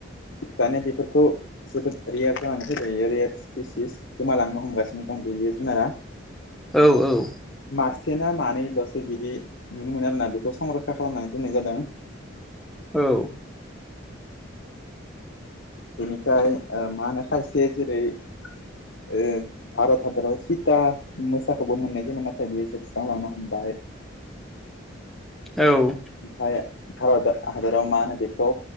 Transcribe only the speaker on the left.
दानिया बेफोरखौ जोबोद रेयार जानानै फैयो रेयार स्पिसिस गोमालांनो हमगासिनो दं बे जुनारा।
मासे ना मानैल'सो बिदि नुनो मोनो आरोना बेखौ संरखा खालामनानै दोननाय जादों।
बेनिफ्राय मा होनो खायसे जेरै उम भारत हादराव सिता मोसाखौबो मोननाय जायोन नाथाय बेयो जोबस्रांलांनो हमबाय।
ओमफ्राय भारत हादराव मा होनो बेखौ